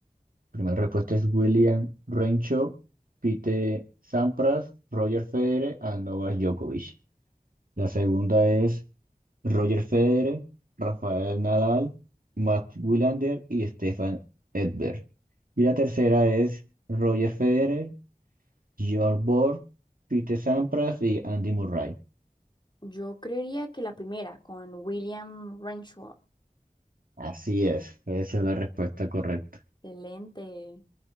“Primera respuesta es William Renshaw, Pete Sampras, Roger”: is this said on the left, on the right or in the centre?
Right